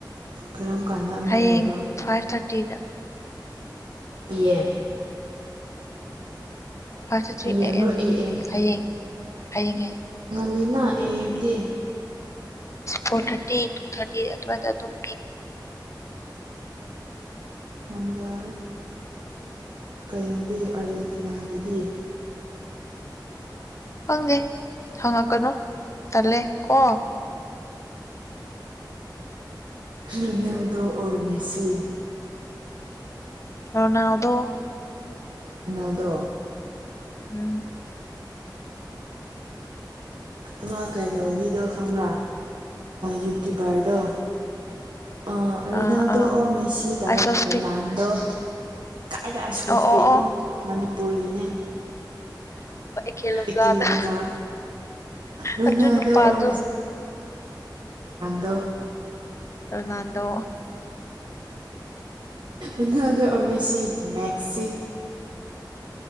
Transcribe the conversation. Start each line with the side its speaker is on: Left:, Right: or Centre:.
Right: ꯀꯔꯝ ꯀꯥꯟꯗ ꯑꯃꯨꯛ
Left: ꯍꯌꯦꯡ
Right: ꯂꯩꯕ
Left: ꯐꯥꯏꯚ ꯊꯥꯔꯇꯤꯗ
Right: ꯄꯤ ꯑꯦꯝ
Left: ꯐ ꯆꯠꯠꯇ꯭ꯔꯤ
Right: ꯄꯤ ꯑꯦꯝꯔꯣ
Left: ꯎ
Right: ꯑꯦ ꯑꯦꯝ
Left: ꯍꯌꯦꯡ ꯍꯌꯦꯡ ꯍꯌꯦꯡ
Right: ꯂꯤꯅꯥ ꯑꯦ MD
Left: four thirty two thirty ꯑ ꯑꯗꯨꯝ
Right: ꯃꯝꯕꯔ ꯀꯩꯅꯣꯗꯤ ꯑꯥꯔꯖꯦꯟꯇꯤꯅꯥꯒꯤꯗꯤ
Left: ꯈꯪꯗꯦ ꯍꯪꯉꯛꯀꯅꯨ ꯇꯜꯂꯦ ꯀꯣ
Right: ꯔꯨꯅꯦꯜꯗꯣ ꯑꯣꯔ ꯃꯦꯁꯤ
Left: ꯔꯅꯥꯎꯗ
Right: ꯑꯗ
Left: ꯎꯝ
Right: ꯎꯝ ꯀꯩꯅꯣꯒꯤꯗꯣ ꯀꯔꯥ ꯌꯨꯇ꯭ꯌꯨꯕꯔꯗꯣ ꯑ ꯔꯣꯅꯥꯜꯗꯣ
Left: ꯑꯥ ꯑꯥ
Right: ꯑꯣꯔ
Left: ꯑꯥ
Right: ꯃꯦꯁꯤ ꯇ
Left: ꯑꯥꯏꯁ ꯍꯣꯁꯄꯤꯠ
Right: ꯔꯣꯅꯥꯜꯗꯣ ꯀꯗꯥꯥꯏꯗ ꯑꯩꯥꯏ ꯁꯣꯁ
Left: ꯑꯣ ꯑꯣ
Right: ꯄꯤꯠꯅꯣ
Left: ꯑꯣ
Right: ꯃꯅꯤꯄꯨꯔꯒꯤꯅꯦ
Left: ꯈꯂꯖꯗ
Right: ꯏꯀꯦ ꯂꯣꯡꯖꯥ ꯔꯣꯅꯥꯜꯗꯣ
Left: ꯑꯗꯨꯖ ꯅꯨ ꯄꯥꯖꯣ
Right: ꯑꯣꯔ ꯑꯗꯨꯣ
Left: ꯑꯗꯨꯣꯅꯥꯟꯗ
Right: ꯎꯅꯅ ꯑꯃꯦꯁꯁꯤ ꯃꯦꯦꯛꯁꯤ